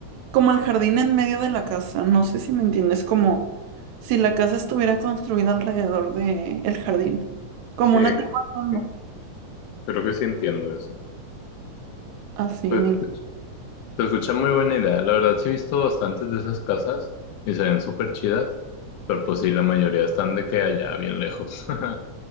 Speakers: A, on the right; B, on the left.
A: como el jardín en medio de la casa, no sé si me entiendes, como si la casa estuviera construida alrededor de el jardín, como
B: Sí,
A: una terraza,
B: creo
A: ¿no?
B: que creo que sí entiendo eso.
A: así,
B: Pues
A: me
B: se escucha muy buena idea. La verdad sí he visto bastantes de esas casas y se ven súper chidas, pero pues sí, la mayoría están de que allá, bien lejos. <laughs>